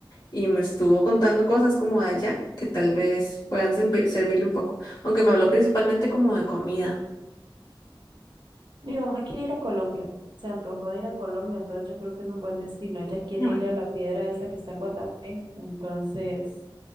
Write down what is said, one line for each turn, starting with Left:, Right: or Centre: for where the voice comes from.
Left: y me estuvo contando cosas como de allá que tal vez puedan servi- servirle un poco, aunque me habló principalmente como de comida.
Right: Mi mamá quiere ir a Colombia. Se antojó de ir a Colombia, entonces yo creo que es un buen destino. Ella quiere
Left: Ah, bueno.
Right: ir a la piedra esa que está en Guatapé. Entonces,